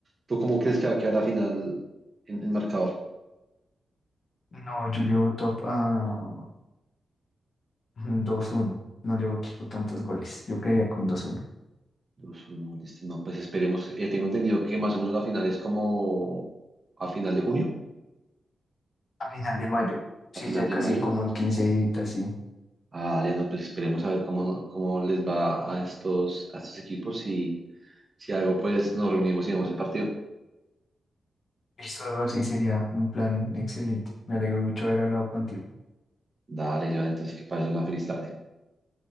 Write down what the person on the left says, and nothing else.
No, yo le voto a a 2-1. No le voto tantos goles. Yo quedaría con dos uno.
A final de mayo. Sí,
ya
casi
como en 15 días, sí.
Listo, Eduardo, sí sería un plan excelente. Me alegro mucho haber hablado contigo.